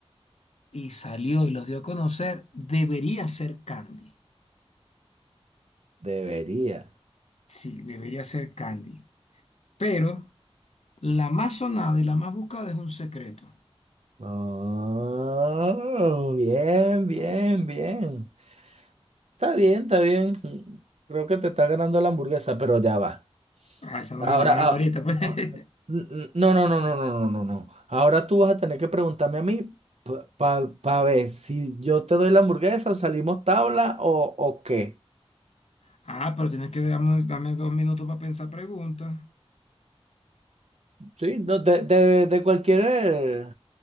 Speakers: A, on the left; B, on the right.
A: y salió y los dio a conocer, debería ser Candy.
B: Debería.
A: Sí, debería ser Candy. Pero la más sonada y la más buscada es un secreto.
B: Oh, bien, bien, bien. Está bien, está bien. Creo que te está ganando la hamburguesa, pero ya va.
A: Ah, esa no
B: Ahora,
A: me la van
B: ah,
A: a dar ahorita, pues. <laughs>
B: ah, n- n- no, no, no, no, no, no, no, no. Ahora tú vas a tener que preguntarme a mí para ver si yo te doy la hamburguesa, salimos tabla o, o qué.
A: Ah, pero tienes que darme, dame dos minutos para pensar preguntas.
B: Sí, no, de, de, de cualquier, eh,